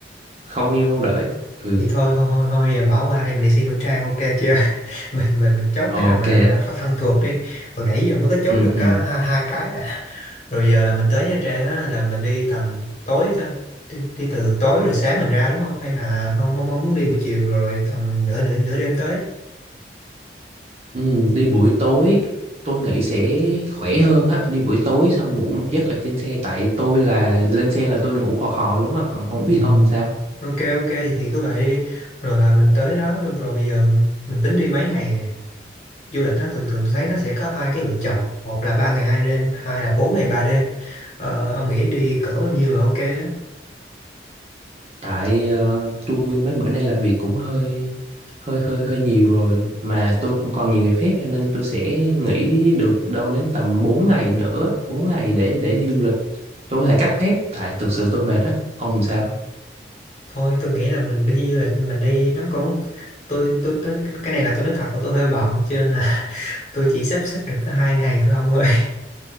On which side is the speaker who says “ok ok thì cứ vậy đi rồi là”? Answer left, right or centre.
Left